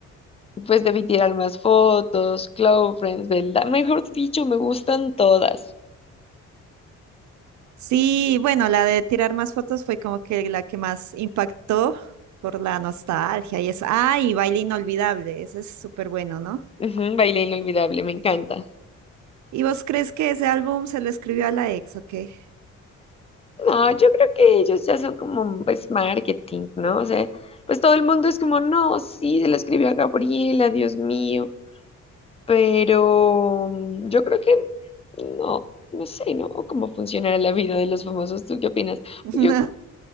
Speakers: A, on the left; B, on the right.
A: Pues debí tirar más fotos, Close Friends, ¿verdad? Mejor dicho, me gustan todas.
B: Sí, bueno, la de tirar más fotos fue como que la que más impactó por la nostalgia y eso. Ah, y Baile Inolvidable, ese es súper bueno, ¿no?
A: Ujú, Baile Inolvidable, me encanta.
B: ¿Y vos crees que ese álbum se lo escribió a la ex o qué?
A: No, yo creo que ellos ya son como, pues, marketing, ¿no? O sea, pues todo el mundo es como, no, sí, se la escribió a Gabriela, Dios mío. Pero mm, yo creo que no, no sé, ¿no? O cómo funcionará la vida de los famosos. ¿Tú qué opinas?
B: <laughs>
A: Yo,